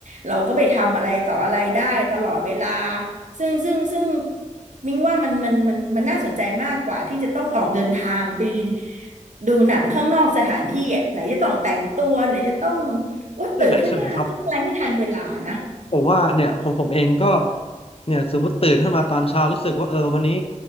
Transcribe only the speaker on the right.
เราก็ไปทำอะไรต่ออะไรได้ตลอดเวลาซึ่งซึ่งซึ่งมิ้งว่ามันมันมันมันน่าสนใจมากกว่าที่จะต้องออกเดินทางไปดูหนังข้างนอกสถานที่อะไหนจะต้องแต่งตัวไหนจะต้องโอ๊ยตื่นขึ้นมาต้องอะไรให้ทันเวลานะ